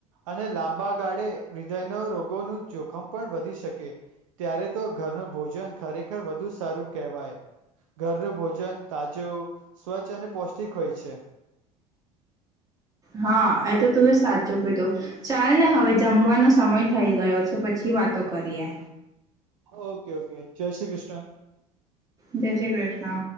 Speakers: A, on the right; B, on the right.
A: અને લાંબા ગાળે હૃદયનો રોગોનું જોખમ પણ વધી શકે. ત્યારે તો ઘરનું ભોજન ખરેખર વધુ સારું કહેવાય, ઘરનું ભોજન તાજું સ્વચ્છ અને પૌષ્ટિક હોય છે.
B: હા એ તો તું એ સાચું કીધું, ચાલ ને હવે જમવાનો સમય થઈ ગયો છે પછી વાતો કરીએ.
A: ઓકે ઓકે જય શ્રી કૃષ્ણ. <unintelligible>
B: જય શ્રી કૃષ્ણ.